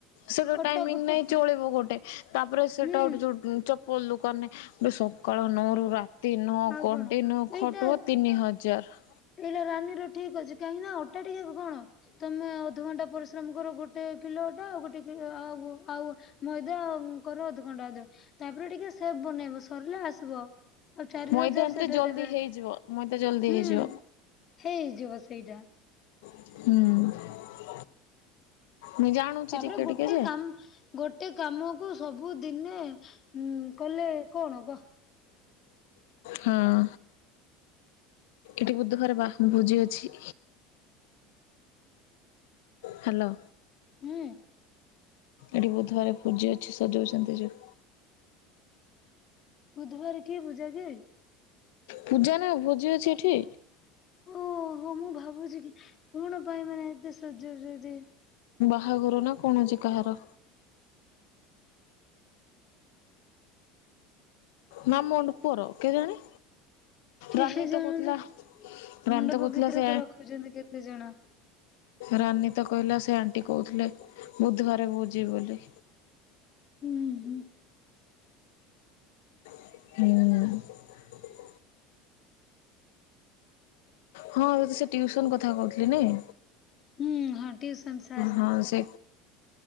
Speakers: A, on the left; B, on the left.
A: ସେଗୁରାକ୍
B: ଅଟା
A: ଟାଇମିଙ୍ଗ
B: ଗୋଟେ
A: ନାଇଁ
B: କି-
A: ଚଳିବ ଗୋଟେ ତାପରେ ସେଟା
B: ହୁଁ
A: ଗୋଟେ ଜୁଡ୍ ଚପ୍ ପଲୁକୁ ଆମେ ଗୋଟେ ସକାଳ ନଅରୁ ରା ତିନ ନୋ
B: ଆଉ
A: କଣ୍ଟିନୁ
B: କଣ ଏଇଟା
A: ଖଟିବ ତିନି ହଜାର।
B: ଏଇଟା ରାନୀର ଠିକ ଅଛି କାହିଁକି ନା ଅଟ୍ ଟା ଟିକେ କଣ ତମେ ଅଧଘଣ୍ଟା ପରିଶ୍ରମ କର ଗୋଟେ କିଲୋ ଅଟା ଆଉ ଗୋଟେ କି ଆଉ ଆଉ ମଇଦା କର ଅଧଘଣ୍ଟା ଅଧେ ତାପରେ ଟିକେ ସେବ ବନେଇବ ସରଲେ ଆସିବ। ଆଉ ଚାରି
A: ମଇଦା
B: ହଜାର
A: ଏମିତିରେ
B: ସେଟା
A: ଜଲ୍ଦି
B: ଦେବେ
A: ହେଇଯିବ ମଇଦା ଜଲ୍ଦି
B: ହୁଁ।
A: ହେଇଯିବ।
B: ହେଇଯିବ ସେଇଟା।
A: ହୁଁ। ମୁଁ ଜାଣୁଛି
B: ତାପରେ
A: ଟିକେ
B: ଗୋଟେ
A: ଟିକେ ଯେ
B: କାମ୍ ଗୋଟ୍ ଗୋଟେ କାମକୁ ସବୁ ଦିନେ ଉଁ କଲେ କଣ କହ?
A: ହଁ। ଏଠି ବୁଧ ଘରେ ବାହୁ ବୁଜିି ଅଛି। ହ୍ୟାଲୋ।
B: ହୁଁ।
A: ଏଠି ବୁଧୁବାରେ ପୂଜି ଅଛି ସଜଉଛନ୍ତି ଯୋଉ
B: ବୁଧୁବାରେ କି ପୂଜା? କି
A: ପୂଜା ନା ଭୋଜି ଅଛି ଏଠି?
B: ଓହୋ ମୁଁ ଭାବୁଚି କି କଣ ପାଇଁ ମାନେ ଏତେ ସଜଉଚ ଯେ
A: ଭାହାଘର ନା କଣ ହଉଚି କାହାର? ନା ମଣ୍ଡୁ ପୁଅର କେ ଜାଣେ
B: କିଏ
A: ରାନୀ
B: ଜାଣିଲା
A: ତ କହୁଥିଲା। ରାନୀ
B: ମଣ୍ଡପ ଭିତରେ
A: ସେ
B: ତ ରଖୁଚନ୍ତି କେତେ ଜଣ।
A: ରାନୀ ତ କହିଲା ସେ ଆଣ୍ଟି କହୁଥିଲେ ବୁଧୁବାରେ ଭୋଜି ବୋଲି।
B: ଉଁ ହୁଁ।
A: ହୁଁ। ହଁ ଯଦି ସେ ଟିଉସନ କଥା କହୁଥିଲେ ନେଏଁ।
B: ହୁଁ ହଁ ଟିଉସନ ସାର୍ ମାନେ
A: ହଁ ସେ